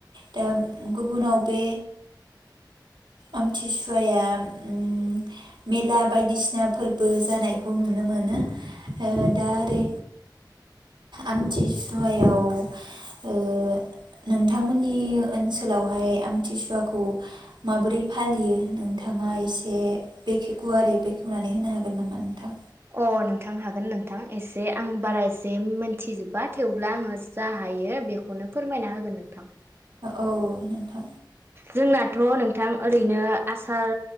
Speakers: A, on the right; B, on the right.
A: दा गुबुनाव बे आमथिसुवाया उम मेला बायदिसिना फोरबो जानायखौ नुनो मोनो दा ओरै आमथिसुवायाव ओ नोंथांमोननि ओनसोलावहाय आमथिसुवाखौ माबोरै फालियो नोंथाङा एसे। बेखो गुवारै बेखेवनानै होनो हागोन नामा नोंथां
B: अ नोंथां हागोन नोंथां एसे आं बारा एसे मोनथिजोबा थेवब्ला आङो जा हायो बेखौनो फोरमायना होगोन नोंथां।
A: औ नोंथां।
B: जोंनाथ नोंथां ओरैनो आसार